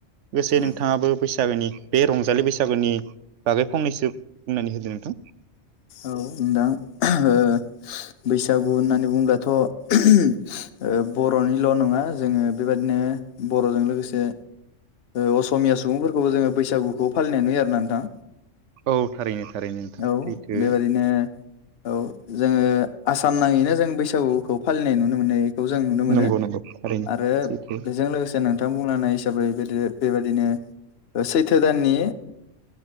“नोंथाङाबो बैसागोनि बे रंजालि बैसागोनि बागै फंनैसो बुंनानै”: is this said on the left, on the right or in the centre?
Right